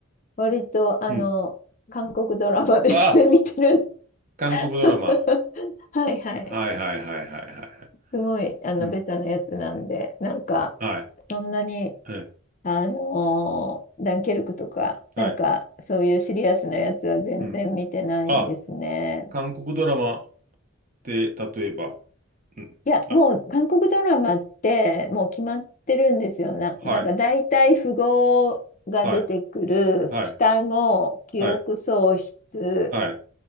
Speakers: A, on the left; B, on the right.
A: 割と、あの、
B: うん。
A: 韓国ドラマですね、
B: あ、
A: <laughs> 見てる。<laughs>
B: 韓国ドラマ。
A: はい、はい。
B: はいはいはいはいはいはい。
A: すごい、あの、
B: うん。
A: ベタなやつなんで、なんか、
B: はい。
A: そんなに、
B: はい。
A: あのーダンケルクとか、
B: はい。
A: なんか、そういうシリアスなやつは全然見てないですね。
B: うん。あ、韓国ドラマで、例えば、うん。
A: いや、
B: あ、
A: もう韓国ドラマってもう決まってるんですよ。な、
B: はい。
A: なんか大体符号が出てくる双子、
B: はい。はい。
A: 記憶喪失
B: はい。はい。